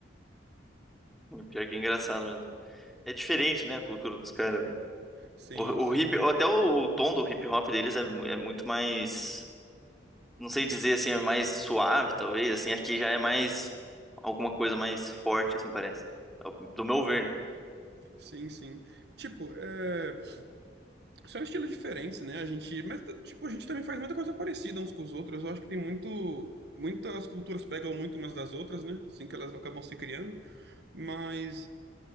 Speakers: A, in the centre; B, on the right.
A: o Pior que é engraçado mesmo. É diferente, né? A cultura dos caras, velho.
B: Sim,
A: O,
B: sim.
A: o hip... Até o, o tom do hip hop deles é, mu- é muito mais... não sei dizer assim, é mais suave, talvez, assim, aqui já é mais alguma coisa mais forte, assim, parece. Do meu ver, né?
B: Sim, sim. Tipo, é... são estilos diferentes, né? A gente, mas tipo, a gente também faz muita coisa parecida uns com os outros. Eu acho que tem muito muitas culturas pegam muito umas das outras, né? Assim que elas acabam se criando. Mas,